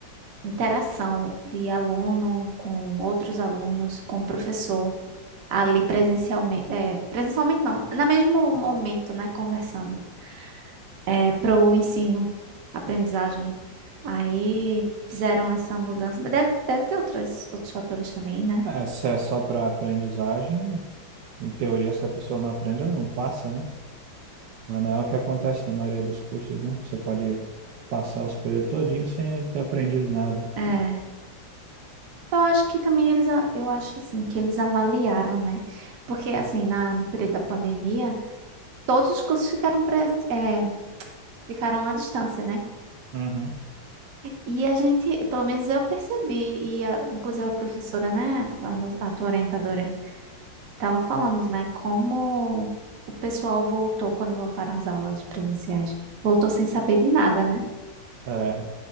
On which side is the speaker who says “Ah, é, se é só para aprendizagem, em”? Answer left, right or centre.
Right